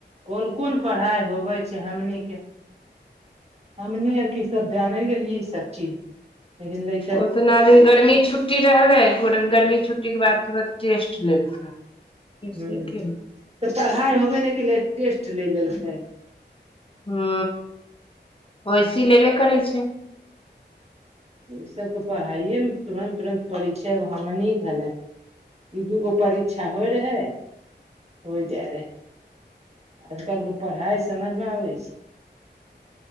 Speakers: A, on the right (about 35°); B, on the left (about 30°).
A: कोन कोन पढ़ाइ होबे छै <inaudible> सब जाने <unintelligible> चीज लेकिन ल
B: ओतना दिन गर्मी छुट्टी रहलै गर्मी छुट्टी के बाद तुरत टेस्ट लेलकै कैसे
A: हुँ
B: की
A: तऽ
B: होत
A: पढ़ाइ होबे केलै टेस्ट ले लेलकै
B: हू ओसी लेबे करै छै
A: ई सबके पढ़ाइए मे तुरन्त तुरन्त परीक्षा हमनी हलै ई दूगो परीक्षा होइ रहै हो जाय रहै आज कलके पढ़ाइ समझमे आबै छै